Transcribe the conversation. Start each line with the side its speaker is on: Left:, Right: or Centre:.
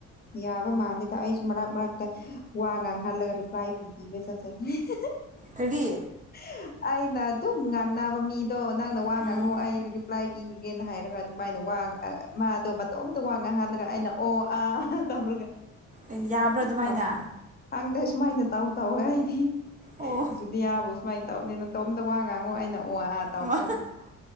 Left: ꯌꯥꯕ ꯃꯥꯂꯦꯗ ꯑꯩꯁꯨ ꯃꯔꯛ ꯃꯔꯛꯇ ꯋꯥ ꯉꯥꯡꯍꯜꯂꯒ ꯔꯤꯄ꯭ꯂꯥꯏ ꯄꯤꯕꯤꯕ ꯆꯠ ꯆꯠ ꯍꯤ ꯍꯤ
Right: ꯀꯔꯤ
Left: ꯍꯤ ꯑꯩꯅ ꯑꯗꯨꯝ ꯉꯥꯡꯅꯕ ꯃꯤꯗꯣ ꯅꯪꯅ ꯋꯥ ꯉꯥꯡꯉꯣ
Right: ꯎꯝ
Left: ꯑꯩ ꯔꯤꯄ꯭ꯂꯥꯏ ꯄꯤꯈꯤꯒꯦꯅ ꯍꯥꯏꯔꯒ ꯑꯗꯨꯃꯥꯏꯅ ꯋꯥ ꯃꯥꯗꯣ ꯃꯇꯣꯝꯇ ꯋꯥꯡ ꯉꯥꯡꯍꯜꯂꯒ ꯑꯩꯅ ꯑꯣ ꯑꯥ ꯇꯧꯔꯒ
Right: ꯑꯦ ꯌꯥꯕ꯭ꯔꯥ ꯑꯗꯨꯃꯥꯏꯅ
Left: ꯊꯝꯃꯅꯤ ꯈꯪꯗꯦ ꯁꯨꯃꯥꯏꯅ ꯇꯥꯎ ꯇꯧꯋꯦ ꯑꯩꯗꯤ
Right: ꯑꯣ
Left: ꯨꯖꯨꯂꯤꯌꯥꯕꯨ ꯁꯨꯃꯥꯏꯅ ꯇꯧꯕꯅꯦ ꯅꯇꯣꯝꯇ ꯋꯥ ꯉꯥꯡꯉꯣ ꯑꯩꯅ ꯑꯣ ꯑ ꯇꯧꯀꯦꯅ
Right: ꯑꯣ